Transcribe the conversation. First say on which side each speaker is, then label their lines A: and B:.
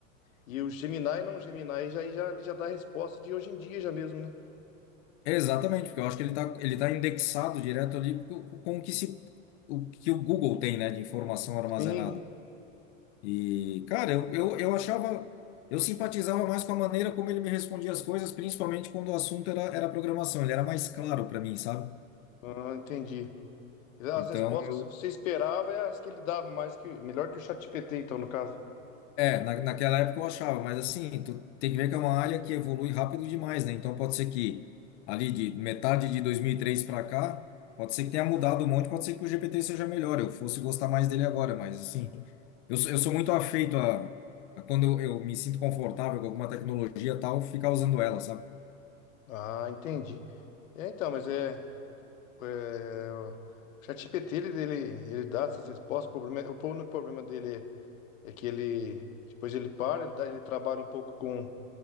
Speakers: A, on the left (about 75°); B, on the left (about 55°).
A: E o Gemini não, Gemini já, já, ele já dá a resposta de hoje em dia já mesmo, né?
B: Exatamente, porque eu acho que ele tá, ele tá indexado direto ali com, com o que se, o que o Google tem, né, de informação armazenada.
A: Sim,
B: E, cara, eu, eu, eu achava, eu simpatizava mais com a maneira como ele me respondia as coisas, principalmente quando o assunto era, era programação. Ele era mais claro para mim, sabe?
A: ah, entendi. As
B: Então,
A: respostas
B: eu,
A: que você esperava é as que ele dava, mais que melhor que o ChatGPT, então, no caso.
B: é, na, naquela época eu achava, mas assim, tu tem que ver que é uma área que evolui rápido demais, né? Então, pode ser que ali de metade de 2003 para cá, pode ser que tenha mudado um monte, pode ser que o GPT seja melhor, eu fosse gostar mais dele agora, mas assim, eu, sou- eu sou muito afeito a, a quando eu, eu me sinto confortável com alguma tecnologia e tal, ficar usando ela, sabe?
A: Ah, entendi. É, então, mas é, é, o ChatGPT, ele, ele, ele dá essas respostas, o problema, é, o único problema dele é é que ele, depois ele para, ele, dá- ele trabalha um pouco com